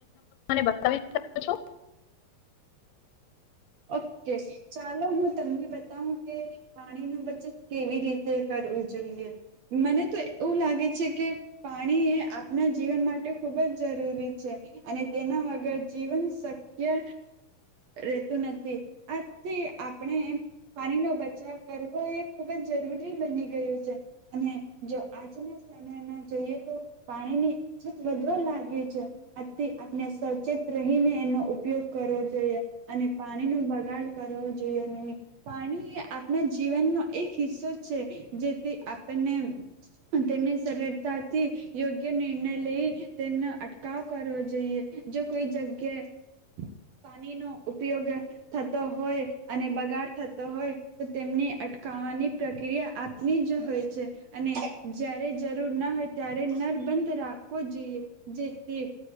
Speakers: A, on the left; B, on the right.
A: એ બતાવીકો છો.
B: ઓકે ચાલો હું તમને બતાવું કે પાણી ન બચત. કેવી રીતે કરવું. જોઈએ મને તો એવું લાગે છે કે પાણી એ આપણા જીવન માટે ખુબ જ જરૂરી છે અને તેના વગર જીવન શક્ય રહેતું નથી. આજથી આપણે પાણીનોો બચાવ કરવો એ ખુબ જ જરૂરી બની ગયું છે અને જો આજના સમયમાં જઈએ તો પાણીની અછત વધવા લાગી છે આજથી આપણે સચેત રહીને એનો ઉપયોગ કરવો જોઈએ અને પાણી ન બગાડ કરવો જોઈએ નહીં પાણી એ આપણા જીવનનો એક હિસ્સો છે જેથી આપણને તેમની સરળતાથી યોગ્ય નિર્ણય લઈ તેમનો અટકાવ કરવો જોઈએ જો કોઈ જગ્યાએ પાણીનો ઉપયોગ થતો હોય અને બગાડ થતો હોય તો તેમને અટકાવવાની પ્રક્રિયા આપની જ હોય છે અને જારે જરૂર ના હોય ત્યારે નરબંધ રાખવો જોઈએ જેથી